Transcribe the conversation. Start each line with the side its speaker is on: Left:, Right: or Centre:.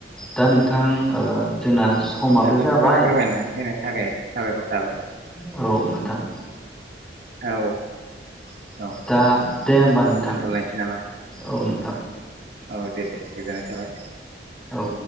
Centre: दा नोंथां ओ जोंना समाबो
Right: ओ नोंथाङा
Centre: जाबाय
Right: फोरमायनानै होनाय नि थाखाय साबायखर थाबाय।
Centre: औ नोंथां।
Right: औ औ। औ
Centre: दा दे होमबा नोंथां
Right: दोनथ'लायनोसै नामा
Centre: औ नोंथां।
Right: औ दे दे गोजोननाय थाबाय।
Centre: औ।